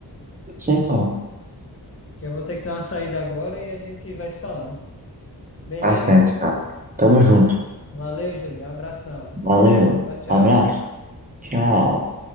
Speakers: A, on the right (about 20°); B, on the left (about 35°).
A: não sei, cara.
B: Que eu vou ter que dar uma saída agora e a gente vai se falando. Beleza?
A: Tá certo, cara. Tamo junto.
B: Valeu, Júlio. Um abração.
A: Valeu.
B: Tchau, tchau.
A: Abraço. Tchau.